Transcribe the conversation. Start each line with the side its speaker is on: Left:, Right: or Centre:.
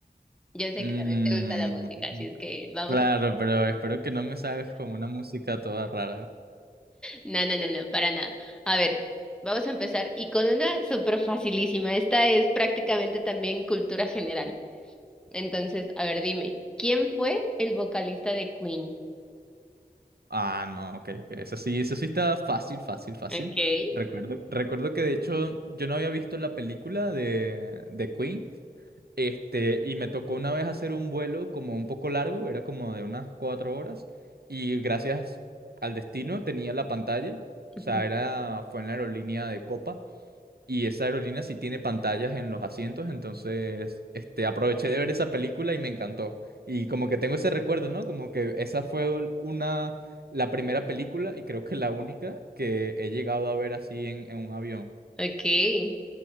Centre: Yo sé
Right: Mm,
Centre: que también te gusta la música, así es que vamos
Right: claro,
Centre: a...
Right: pero espero que no me salgas con una música toda rara.
Centre: No, no, no, no, para nada. A ver, vamos a empezar y con una súper facilísima. Esta es prácticamente también cultura general. Entonces, a ver, dime, ¿quién fue el vocalista de Queen?
Right: Ah, no, ok, ok. Eso sí, eso sí está fácil, fácil, fácil.
Centre: Ok.
Right: Recuerdo, recuerdo que de hecho yo no había visto la película de, de Queen. Este, y me tocó una vez hacer un vuelo como un poco largo, era como de unas cuatro horas. Y gracias al destino tenía la pantalla. O
Centre: <laughs>
Right: sea, era, fue en la aerolínea de Copa. Y esa aerolínea sí tiene pantallas en los asientos, entonces este, aproveché de ver esa película y me encantó. Y como que tengo ese recuerdo, ¿no? Como que esa fue ul- una, la primera película y creo que la única que he llegado a ver así en, en un avión.
Centre: Ok.